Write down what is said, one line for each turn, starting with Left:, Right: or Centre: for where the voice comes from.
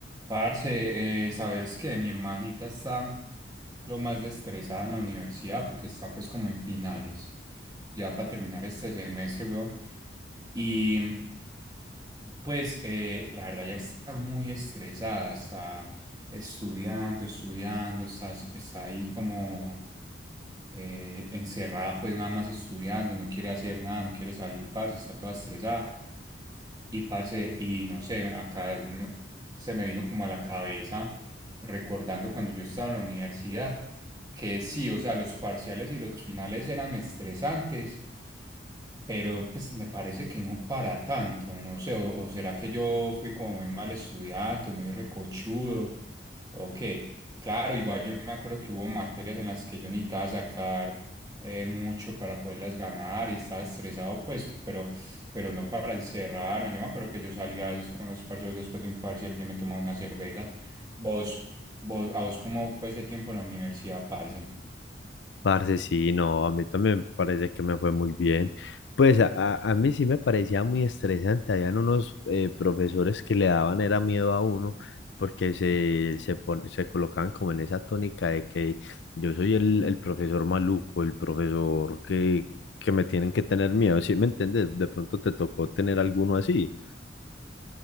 Right: Parce, eh, sabes que mi hermanita está lo más estresada en la universidad porque está pues como en finales, ya para terminar este semestre, weón. Y pues eh, la verdad ya está muy estresada, está estudiando, estudiando, está, está ahí como eh, encerrada pues nada más estudiando, no quiere hacer nada, no quiere salir, parce, está toda estresada. Y parce, y no sé, acá no- se me vino como a la cabeza recordando cuando yo estaba en la universidad que sí, o sea, los parciales y los finales eran estresantes, pero pues me parece que no para tanto, no sé, o, o será que yo fui como muy mal estudiante, muy recochudo, o qué. Claro, igual yo me acuerdo que hubo materias en las que yo necesitaba sacar eh, mucho para poderlas ganar y estaba estresado, pues, pero pero no para encerrar. Yo me acuerdo que yo salía a veces con los parceros después de un parcial y me tomaba unas cervezas. Vos, vos, ¿a vos cómo fue ese tiempo en la universidad, parce?
Left: Parce, sí, no, a mí también me parece que me fue muy bien. Pues a, a- a mí sí me parecía muy estresante. Habían unos eh, profesores que le daban era miedo a uno porque se, se, pon- se colocaban como en esa tónica de que yo soy el, el profesor maluco, el profesor que, que me tienen que tener miedo. ¿Sí me entiendes? De pronto te tocó tener alguno así.